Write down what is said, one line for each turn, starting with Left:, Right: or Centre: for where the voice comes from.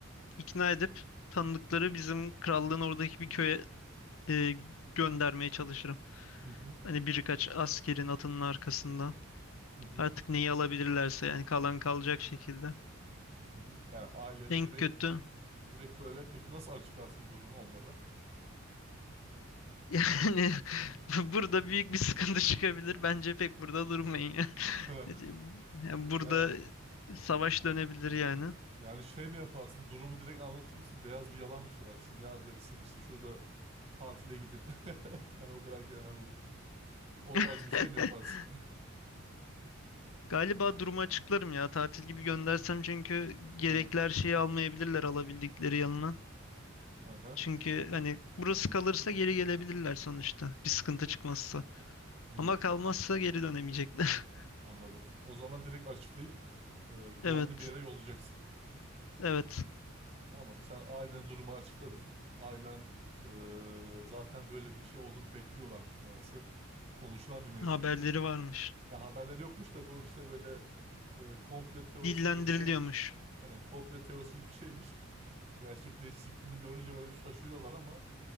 Left: ikna edip tanıdıkları bizim krallığın oradaki bir köye e, göndermeye çalışırım.
Right: <laughs>
Left: Hani birkaç askerin atının arkasında.
Right: Hı hı,
Left: Artık neyi alabilirlerse yani kalan kalacak şekilde.
Right: hı hı. Yani aileni
Left: En
Right: direkt
Left: kötü
Right: direkt böyle peki nasıl açıklarsın durumu onlara?
Left: Yani <laughs> burada büyük bir sıkıntı çıkabilir. Bence pek burada durmayın ya.
Right: <laughs>
Left: <laughs> Yani burada
Right: Yani
Left: savaş dönebilir yani.
Right: yani şey mi yaparsın? Durumu direkt anlatır mısın? Beyaz bir yalan mı söylersin? Ya dersin işte şurada tatile gidin. <laughs> Ben o kadar gelen aldım. O
Left: <laughs>
Right: tarz bir şey mi yaparsın?
Left: Galiba durumu açıklarım ya. Tatil gibi göndersem çünkü gerekli
Right: <laughs> Ha,
Left: her şeyi almayabilirler alabildikleri yanına.
Right: aha.
Left: Çünkü hani burası kalırsa geri gelebilirler sonuçta. Bir sıkıntı çıkmazsa.
Right: Hmm,
Left: Ama kalmazsa geri dönemeyecekler.
Right: anladım. O zaman direkt açıklayıp e, güvenli
Left: <laughs> Evet.
Right: bir yere yollayacaksın.
Left: Evet.
Right: Tamam sen ailen durumu açıkladın. Ailen eee, zaten böyle bir şey olduğunu bekliyorlarmış meğerse. Bu konuşulan bir mevzuymuş.
Left: Haberleri varmış.
Right: Ya haberleri yokmuş da bu işte böyle eee komple teorisi
Left: Dillendiriliyormuş.
Right: gibi bir şeymiş. Hani komple teorisi gibi bir şeymiş. Gerçekleştiğini görünce böyle bir şaşırıyorlar ama